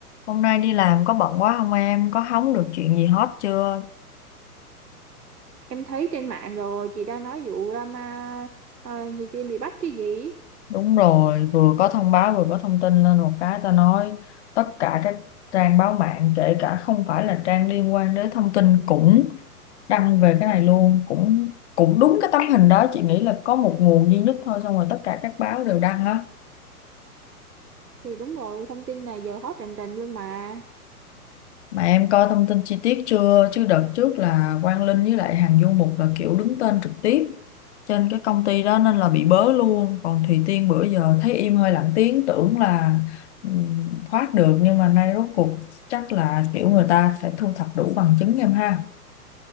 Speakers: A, on the left; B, on the right.
A: Hôm nay đi làm có bận quá không em? Có hóng được chuyện gì hot chưa?
B: Em thấy trên mạng rồi chị đang nói vụ drama ờ, thì Tiên bị bắt chứ gì
A: Đúng rồi, vừa có thông báo vừa có thông tin lên một cái ta nói tất cả các trang báo mạng kể cả không phải là trang liên quan đến thông tin cũng đăng về cái này luôn, cũng cũng đúng cái tấm hình đó, chị nghĩ là có một nguồn duy nhất thôi xong rồi tất cả các báo đều đăng á.
B: thì đúng rồi thông tin này giờ hot rành rành luôn mà
A: Mà em coi thông tin chi tiết chưa? Chứ đợt trước là Quang Linh với lại Hằng Du Mục là kiểu đứng tên trực tiếp trên cái công ty đó nên là bị bớ luôn. Còn Thùy Tiên bữa giờ thấy im hơi lặng tiếng tưởng là ừm, thoát được nhưng mà nay rốt cuộc chắc là kiểu người ta phải thu thập đủ bằng chứng em ha.